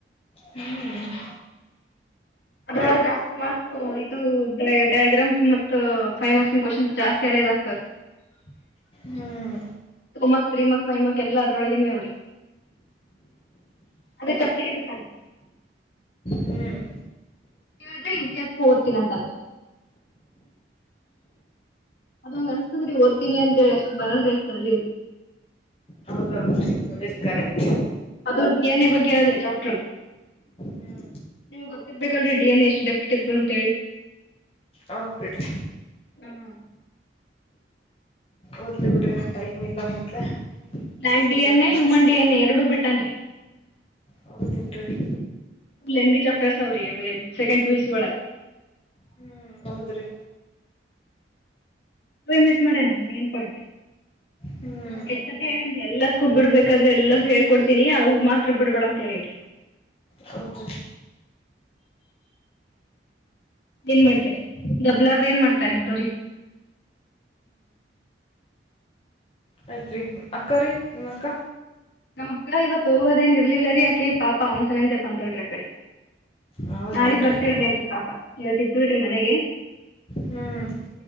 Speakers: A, on the left; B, on the left.
A: ಹ್ಮ್
B: ಅದ ಜಾಸ್ತಿ ಮಾರ್ಕ್ಸ್ ಇದು ಡಯಾಗ್ರಾಮ್ಸ್ ಮ ಮತ್ತು ಫೈವ್ ಮಾರ್ಕ್ಸ್ ಕ್ವೋನ್ಸ್ ಜಾಸ್ತಿ ಆ <unintelligible>
A: ಹ್ಮ್
B: two month three month four month five month ಎಲ್ಲಾ ಅದರ ಒಳಗಿನವ ಅದಾವ್ರಿ ಅದ ಕ ಪ್ರೀ ಬಿಟ್ಟಾನ್
A: ಹ್ಮ್
B: ಯು ಪಿ ಎಸ್ ಓದ್ತೀನಂತಂನ ಅದಂಗ ಅನ್ಸ್ತದ್ರಿ ಓದ್ತೀನಿ ಅಂತ ಹೇಳಿ ಅಷ್ಟ್ ಬರಲ್ರಿ ಅಷ್ಟ ಅಳ್ಳದು
A: ಹೌದೌದುರಿ ಕರೆಕ್ಟ್
B: ಅದು ಡಿ ಎನ್ ಎ ಬಗ್ಗೆ ಅದ್ರ ಚಾಪ್ಟ್ರರ್
A: ಹ್ಮ್
B: ನಿಮ್ಗ್ ಗೊತ್ತಿರ್ಬೇಕಲ್ರರಿ ಡಿ ಯನ್ ಎ ಎಷ್ಟ್ ಡೆಫತ್ ಇರ್ತದ ಅಂತ ಹೇಳಿ
A: ಹೌದಬಿಡ್ರಿ
B: ಹ್ಮ್
A: ಓದು ಲಿ ಬಿಡ್ರಿ ಏ ಟೈಮ್ ಇಲ್ಲ ಮೊದ್ಲೆ
B: ಡ
A: six
B: D N
A: seven
B: A
A: months
B: human D N A ಎರಡು ಬಿಟ್ಟನ್ರಿ
A: ಹೌದ ಏನ್ರೀ
B: ಲೆ ಚೆಪ್ಟರ್ಸ್ ಅವ ಸೆಕೆಂಡ ಪಿಯುಸಿ ವಳಗ
A: ಹ್ಮ್ ಹೌದ್ರಿ
B: ಮಿಸ್ ಮಾಡನ್ರಿ ಮೇನ್ ಪಾಯಿಂಟ್
A: ಹ್ಮ್
B: ಎಚ್ಚಸತೀ ಹೇಳೇನ್ ಎಲ್ಲಾಗೂಬ್ ಬಿಡ್ಬೇಕಾದ್ರೆ ಎಲ್ಲು ಹೇಳ್ಕೊಡ್ತೀನಿ ಅವು ಮಾತ್ರ ಬಿಡ್ಬೇಡ ಅಂತ ಹೇಳೇನರೀ <inaudible>
A: ಹೌದ ರೀ
B: ಏನ್ ಮಾಡ್ತಾರ ದಬ್ಲಾರ್ದ ಏನ್ ಮಾಡ್ತಾರ್ದವ್ರಗಿ
A: ಆಯ್ತು ರೀ ಅಕ್ಕ ರೀ ನಿಮ್ಮಕ್ಕಾ
B: ನಮ್ಮ್ ಅಕ್ಕಾ ಇವತ್ ಹೋಗೋದೇನ್ ಇರ್ಲಿಲ್ಲ ರೀ ಯಾಕೆ ಪಾಪಾ ಅವಸರಂತೆ ಬಂದಳ್ರಿ ಅಕಡೆ
A: ಹೌದೇನ್ರಿ
B: ನಾಳಗ್ ಬರ್ತಿಳ್ರಿ ಆಕಿ ಪಾಪ ಇವತ್ತ ಇತ್ಳ್ರಿ ಮನೆಗೆ
A: ಹ್ಮ್